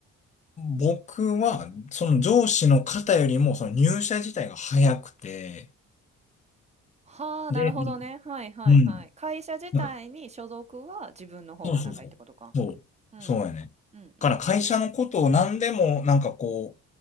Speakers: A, on the left (about 25°); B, on the right (about 20°).
A: 僕は、その上司の方よりも、その入社自体が早くて、
B: はあ、
A: で、
B: なるほどね。はいはいはい。
A: うん。
B: 会社自体に所属は自分の方が長いってことか。
A: なんかそうそうそう。そう。
B: うん。
A: そうやね。
B: うんうん。
A: だから会社のことを何でも、なんかこ